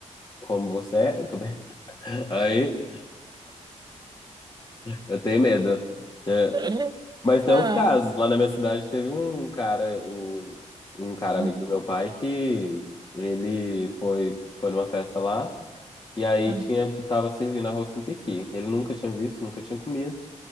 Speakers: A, on the left; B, on the right.
A: como você é, eu tô brin- <laughs> aí eu tenho medo. É,
B: <laughs>
A: Mas tem
B: Ah,
A: uns casos. Lá na minha cidade teve um cara, o, um cara
B: ah,
A: amigo do meu pai, que ele foi, foi numa festa lá e aí
B: ah,
A: tinha, tava servindo arroz com pequi. Ele nunca tinha visto, nunca tinha comido.